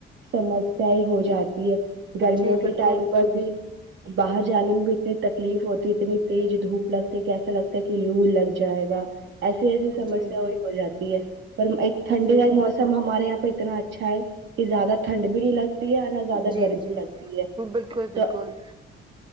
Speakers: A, on the right (about 70°); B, on the right (about 25°).
A: سم سیی ہو جاتی ہے گرمیوں
B: جی
A: کے
B: بالکل
A: ٹائم پر بھی باہر جانے میں بھی اتنی تکلیف ہوتی اتنی تیز دھوپ لگتی ہے کہ ایسا لگتا ہے کہ لو لگ جائے گا ایسی ایسی سمسیا
B: جی
A: بھی ہو جاتی ہے پر ایک ٹھنڈی
B: جی
A: کا موسم سم ہمارے یہاں پہ اتنا اچھا ہے کہ زیادہ ٹھنڈ بھی نہیں لگتی ہے نہ زیادہ
B: جی
A: گرمی
B: جی
A: لگتی ہے
B: بالکل بالکل
A: تو